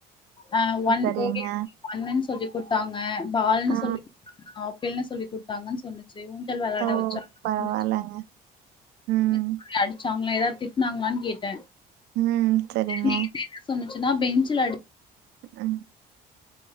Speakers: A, on the left; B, on the right.
A: அ ஒன்
B: சரிங்க.
A: ஒ என் இ ஒண்ணன்னு சொல்லி் குடுத்தாங்க பால்னு
B: ஆ
A: சொல்லி <inaudible> ஆப்பிள்னு சொல்லி குடுத்தாங்கன்னு சொன்னு ச்சு ஊஞ்சல் வெளாட
B: ஓ
A: வெச்சாங்கனு
B: பரவால்லங்க.
A: சொன்னுச்சு
B: ம்,
A: <unintelligible> அடிச்சாங்களா எதாது திட்னாங்களானு கேட்டே
B: ம் செரிங்க
A: நேத்து என்ன சொன்னுச்சுன்னா பெஞ்சுல அடி
B: ம்